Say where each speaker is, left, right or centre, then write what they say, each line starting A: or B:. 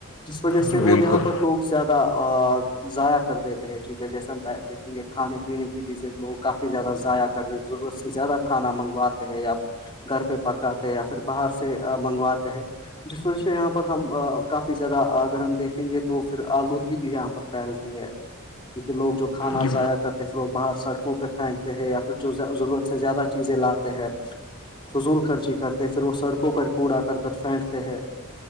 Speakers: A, on the left; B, on the left.
A: جس وجہ سے
B: جی بالکل
A: اور یہاں پر لوگ زیادہ ا ضائع کر دیتے ہیں چیزیں جیسے ہم دیکھیں گے کھانے پینے کی چیزیں لوگ کافی زیادہ ضائع کر رہے ضرورت سے زیادہ کھانا منگواتے یا گھر پہ پکاتے ہیں یا پھر باہر سے منگواتے ہیں جس وجہ سے یہاں پر ہم کافی زیادہ اگر ہم دیکھیں گے تو پھر آلودگی بھی یہاں پر پھیلتی ہے کیونکہ لوگ جو کھانا
B: جی
A: ضائع کرتے ہیں پھر لوگ باہر سڑ کنہ پہ پھینکتے ہیں یا پھر جو ضرورت سے زیادہ چیزیں لاتے ہیں فضول خرچی کرتے پھر وہ سڑکوں پر کوڑا کر کر پھینکتے ہیں